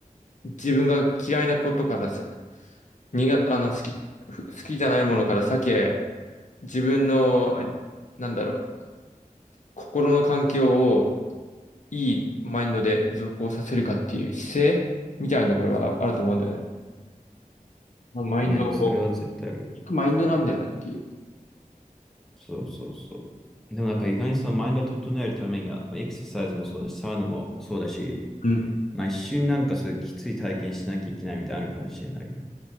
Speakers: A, on the left; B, in the centre.
A: 自分が嫌いなことからさ、苦あの、好き、ふ好きじゃないものから避け、自分の、なんだろう、心の環境をいいマインドで続行させるかっていう姿勢みたいなところがああると思うんだよね。まあマインドを、
B: ね、それは絶対ある。
A: マインドなんだよなっていう。
B: そうそうそう。でもなんか意外にそのマインドを整えるためには、まあエクササイズもそうだし、サウナもそうだし、
A: うん。
B: まあ一瞬なんかそういうきつい体験しなきゃいけないみたいなのあるかもしれないよね。